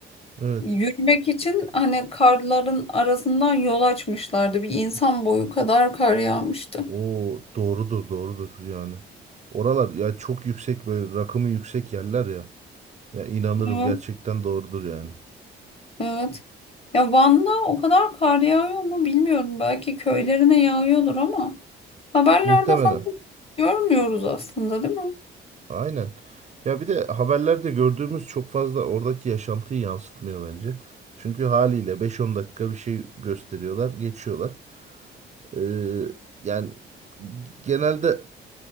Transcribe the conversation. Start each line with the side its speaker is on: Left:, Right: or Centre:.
Right: Evet.
Left: Yürümek için hani karların arasından yol açmışlardı. Bir insan boyu kadar kar yağmıştı.
Right: O doğrudur doğrudur yani. Oralar ya çok yüksek böyle rakımı yüksek yerler ya. Ya inanırım
Left: Evet,
Right: gerçekten doğrudur yani.
Left: evet. Ya Van'da o kadar kar yağıyor mu bilmiyorum. Belki köylerine yağıyordur ama haberlerde
Right: Muhtemelen.
Left: falan görmüyoruz aslında, değil mi?
Right: Aynen. Ya bir de haberlerde gördüğümüz çok fazla oradaki yaşantıyı yansıtmıyor bence. Çünkü haliyle beş on dakika bir şey gösteriyorlar, geçiyorlar. Ee, yani genelde